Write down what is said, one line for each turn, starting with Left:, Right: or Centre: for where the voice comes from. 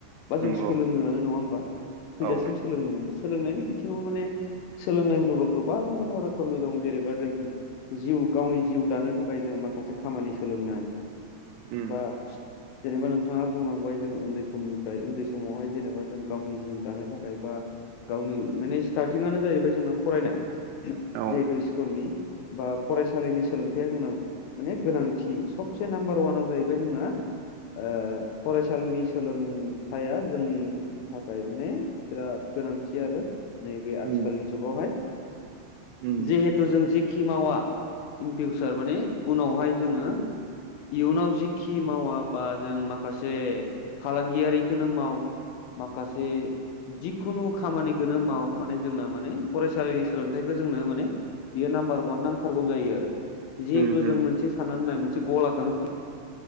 Left: बा
Right: नंगौ
Left: जों सोलोङोआनो नङा होमबा। थैजासिम
Right: औ
Left: सोलोंलाङो सोलोंनायनि बिथिङाव माने। सोलोंनाय होनोबा गोबां रोखोमनि दं जेनेबा जों जिउ गावनि जिउ दानो थाखाय जों माखासे खामानि सोलोंनाय
Right: उम
Left: बा जेनेबा नोंथाङा बुंलांबाय जों उन्दै समनिफ्राय उन्दै समावहाय जेनेबा जों गावनि जिउ दानो थाखाय बा गावनि माने स्टार्टिंआनो जाहैबाय जोंना फरायनाय।
Right: औ
Left: जिहेतु स्कुलनि बा फरायसालिनि सोलोंथाइया जोंनााव माने गोनांथि सबसे नाम्बार वानाव जाहैबाय जोंना ओ फरायसालिनि सोलोंथाया जोंनि थाखाय माने बिराद गोनांथि आरो नैबे
Right: उम
Left: आथिखालनि जुगावहाय
Right: उम
Left: जिहेथु जों जेखि मावा इन फिउसार माने उनावहाय जोङो इयुनाव जिखि मावा बा जों माखासे फालांगियारिखौनो माव माखासे जिखुनु खामानिखौनो माव माने जोंना माने फरायसालिनि सोलोंथाइखौ जोंनो माने बियो नाम्बार वान नांथारगौ जायो आरो जिहेथु
Right: उम उम
Left: जों मोनसे साननानै नाय मोनसे गलाखौनो खुलि।